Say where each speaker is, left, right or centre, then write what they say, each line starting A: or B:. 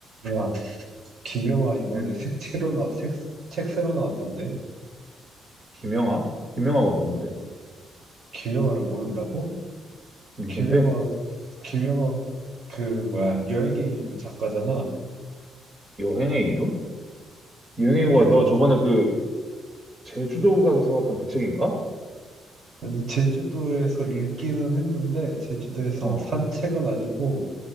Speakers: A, on the right (about 60°); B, on the right (about 30°).
A: 야, 김영하 이번에
B: 응?
A: 색 새로 나, 색, 책 새로 나왔던데?
B: 김영하? 김영하가 누군데?
A: 어, 김영하를 모른다고?
B: 누군데?
A: 김영하, 김영하, 그, 뭐야, 여행의 이유 작가잖아.
B: 여행의 이유? 여행의 이유가
A: 여,
B: 너 저번에 그 제주도 가서 사왔던 그 책인가?
A: 아니, 제주도에서 읽기는 했는데, 제주도에서
B: 어,
A: 산 책은 아니고,